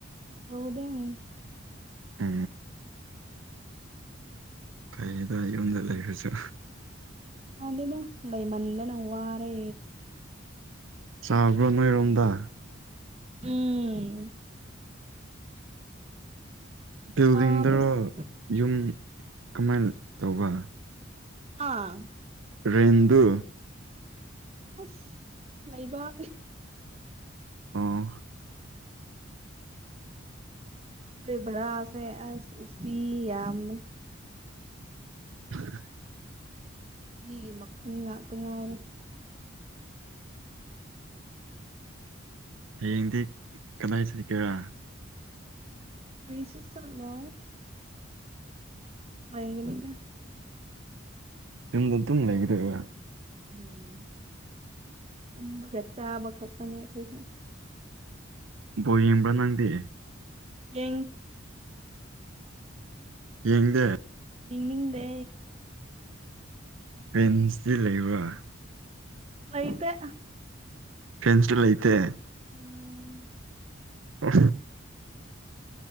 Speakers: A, on the right; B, on the right.
A: ꯍꯧꯗꯦ ꯎ
B: ꯑ ꯀꯩꯗ ꯌꯨꯝꯗ ꯂꯩꯕꯁꯨ
A: ꯑꯗꯅ ꯂꯩ ꯃꯗꯅꯧ ꯋꯥꯔꯦ
B: ꯆꯥꯎꯥꯕ꯭ꯔꯣ ꯅꯣꯏꯔꯣꯝꯗ
A: ꯎꯝ
B: ꯕꯤꯜꯗꯤꯡꯗꯔꯣ
A: ꯁꯥꯕꯁ
B: ꯌꯨꯝ ꯀꯃꯥꯏꯅ ꯇꯧꯕ
A: ꯑꯥ
B: ꯔꯗꯨ
A: ꯑꯁ ꯂꯩꯕꯥꯛ
B: ꯑꯣ
A: ꯦ ꯕꯔꯁꯦ ꯎꯁꯤ ꯌꯥꯝ
B: <unintelligible>
A: ꯆꯒꯤ ꯃꯈꯨꯝ ꯉꯇ ꯉꯥꯏꯔꯦ
B: ꯍꯌꯦꯡꯗꯤ ꯀꯗꯥꯏ ꯆꯠꯀꯦꯔꯥ
A: ꯀ꯭ꯔꯔꯤꯁꯁꯂ ꯃꯒꯅꯤꯗ
B: ꯌꯨꯝꯗ ꯑꯗꯨꯝ ꯂꯩꯒꯗ
A: ꯎꯝ ꯇꯨꯝꯃꯒ ꯆꯥꯕ ꯀꯛꯄꯅꯦ ꯑꯩꯈꯣꯏꯗ
B: ꯕꯣ ꯌꯦꯡꯕ꯭ꯔꯥ ꯅꯪꯗꯦ
A: ꯌꯦ
B: ꯌꯦꯡꯗꯦ
A: ꯏꯅꯤꯡꯗꯦ
B: ꯄꯦꯟꯁꯤ ꯂꯩꯕ
A: ꯂꯩꯇ
B: ꯐꯦꯟꯁꯁꯨ ꯂꯩꯇꯦ
A: ꯎꯝ
B: ꯑ